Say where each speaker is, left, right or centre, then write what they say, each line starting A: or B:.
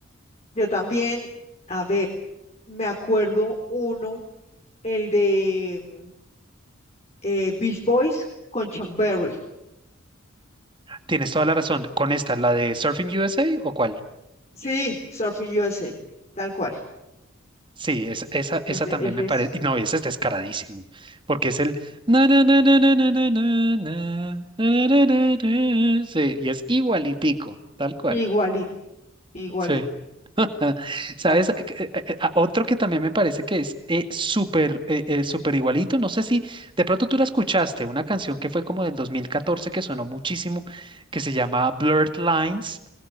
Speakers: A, on the left (about 30°); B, on the right (about 25°).
A: Yo también, a ver, me acuerdo uno, el de eh, Beach Boys con Chuck Berry.
B: Tienes toda la razón. ¿Con esta, la de Surfing USA o cuál?
A: Sí, Surfing USA, tal cual.
B: Sí, esa, esa,
A: Ese,
B: esa también
A: ese
B: me
A: es
B: parece. No, ese es descaradísimo, porque es el. na, na, na, na, na, na, na, na, na, na, na, na, na. Sí, y es igualitico, tal cual.
A: igualito, igualito,
B: Sí. <laughs> ¿Sabes?
A: tal cual.
B: Eh, eh, eh, a- Otro que también me parece que es eh, súper eh, eh, súper igualito. No sé si de pronto tú la escuchaste, una canción que fue como del 2014 que sonó muchísimo, que se llama Blurred Lines